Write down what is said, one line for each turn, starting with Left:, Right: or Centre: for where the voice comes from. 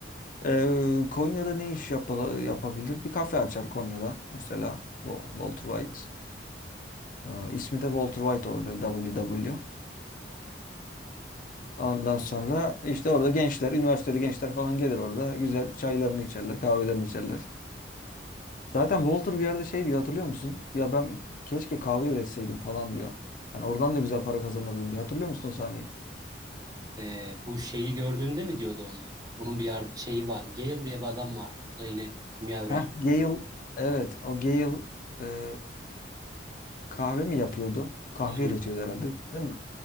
Left: Ee, Konya'da ne iş yap yapabilir? Bir kafe açar Konya'da mesela. Wa- Walter White. Ee, ismi de Walter White olur böyle WW. Ondan sonra işte orada gençler, üniversiteli gençler falan gelir orada. Güzel çaylarını içerler, kahvelerini içerler. Zaten Walter bir yerde şey diyor hatırlıyor musun? Ya ben keşke kahve üretseydim falan diyor. Yani oradan da güzel para kazanırdım diyor. Hatırlıyor musun o sahneyi?
Right: Ee, bu şeyi gördüğünde mi diyordu onu? Bunun bir yar- şeyi var. Gale diye bir adam vardı. O da yine kimya öğrencisi.
Left: Heh, Gale. Evet, o Gale e, kahve mi yapıyordu? Kahve
Right: Aynen.
Left: üretiyordu herhalde değil mi?